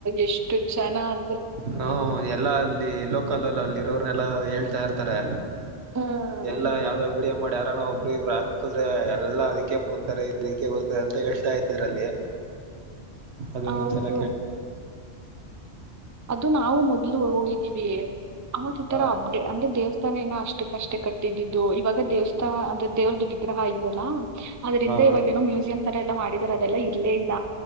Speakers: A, on the right (about 25°); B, on the right (about 75°).
A: ಎಷ್ಟು ಜನ ಅ
B: ಹ್ಮ ಎಲ್ಲಾ ಅಲ್ಲಿ ಲೋಕಲ್ ಅಲ್ಲ ಅಲ್ಲಿರೋರನೆ ಎಲ್ಲಾ ಹೇಳ್ತಾ ಇರ್ತಾರೆ.
A: ಹ್ಮ್
B: ಎಲ್ಲಾ ಯಾವ್ದೋ ವಿಡಿಯ ಮಾಡ್ಯಾರನ ಒಬ್ಬರು ಇಬ್ರು ಹಾಕುದ್ರ ಎಲ್ಲಾ ಅದಕ್ಕೆ ಬತಾರೆ ಇದಕ್ಕೆ ಬತಾರೆ ಅಂತ ಹೇಳ್ತಾ ಇದ್ರಲ್ಲಿ. ಅದನ್ನು
A: ಹೌದು
B: ಚಲ ಕ
A: ಅದು ನಾವು ಮೊದ್ಲು ಹೋಗಿದ್ದೀವಿ ಅನ್ನೋದ ಈ
B: ಹಾ
A: ತರ ಅಪ್ಡೇ ಅಂದ್ರೆ ದೇವಸ್ಥಾನ ತಾನನ ಅಷ್ಟಕ್ಕಷ್ಟೇ ಕಟ್ಟಿದ್ದಿದ್ದು ಇವಾಗ ದೇವಸ್ಥಾ ಅಂದ್ರೆ ದೇವ್ರದ ವಿಗ್ರಹ ಇದೆಯಲ್ಲಾ ಆದ್ರಿಂದ
B: ಹಾ
A: ಇವಾಗೇಏನೋ ಮ್ಯೂಸಿಯಂ ತರ ಎಲ್ಲಾ ಮಾಡಿದರೆ ಅದೆಲ್ಲ ಇರ್ಲೇ ಇಲ್ಲ.